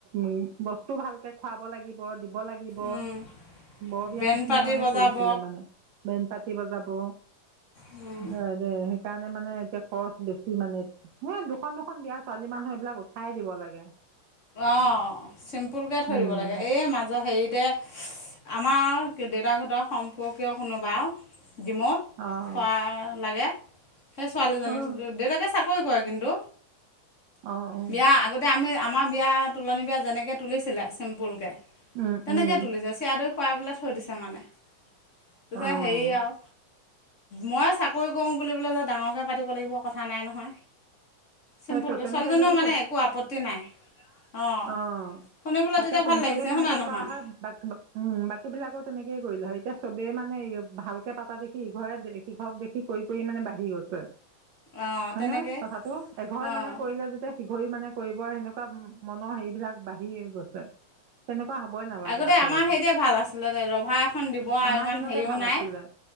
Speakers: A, on the right (about 70°); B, on the left (about 70°).
A: উ বস্তু ভালকে খুৱাব লাগিব দিব লাগিব
B: উম,
A: বৰ বিয়াাৰ
B: বেণ্ড
A: নিচিনা
B: পাৰ্টি
A: মানে
B: বজাব
A: কৰি তোলে মানে বেন পাতি বজাব
B: উম
A: হয় দে সেইকাৰণে মানে এতিয়া খৰচ বেছি মানে পোৱা দুখন দুখন বিয়া ছোৱালী মানুহ এইবিলাক খাই দিব লাগে
B: অ', চিম্পুলকে থৈ
A: উম
B: দিব লাগে, এ মাজৰ হেৰিতে আমাৰ দেউতাক হঁতৰ সম্পৰ্কীয় কোনোবা ডিমৌত
A: অঁ
B: খোৱা লাগে সেই ছোৱালীজনী
A: অঁ
B: <unintelligible> দেউতাকে চাকৰি কৰে কিন্তু
A: অঁ অঁ
B: বিয়া আগতে আমি আমাৰ বিয়া তুলনি বিয়া যেনেকে তুলিছিলে চিম্পুলকে
A: উম
B: তেনেকে
A: উম
B: তুলিছে চিৰা দৈ খুৱাই পেলাই থৈ দিছে মানে, পিছে
A: অঁ
B: হেৰি আৰু মই চাকৰি কৰোঁ বুলিবোলে যে ডাঙৰকে পাতিব লাগিব কথা নাই নহয়।
A: সেইটো
B: চিম্পুলকে
A: তেনেকে
B: ছোৱালীজনীও
A: যদি
B: মানে একো আপত্তি নাই। অঁ
A: অ',
B: শুনি পেলাই
A: তাকে
B: তেতিয়া
A: তোন
B: ভাল লাগিছে
A: চবেই তেনেকে
B: হয় না নহয়
A: কৰা হয় বাক বা উম, বাকী বিলাকো তেনেকেই কৰিলে হয় এতিয়া চবে মানে ভালকে পাতা দেখি ইঘৰে সিঘৰক দেখি কৰি কৰি মানে বাঢ়ি গৈছে
B: অঁ
A: হয়নে
B: তেনেকৈ
A: কথাটো? এঘৰে
B: অঁ
A: মানে কৰিলে যেতিয়া সিঘৰে মানে কৰিব সেনেকুৱা মনৰ হেৰিবিলাক বাঢ়ি গৈছে। তেনেকুৱা হ'বই নালাগে
B: আগতে
A: আচলতে,
B: আমাৰ সেইতে ভাল আছিলে দে ৰভা এখন দিব আৰু
A: আমাৰ
B: ইমান
A: দিনতে
B: হেৰিও
A: ভাল
B: নাই
A: আছিলে।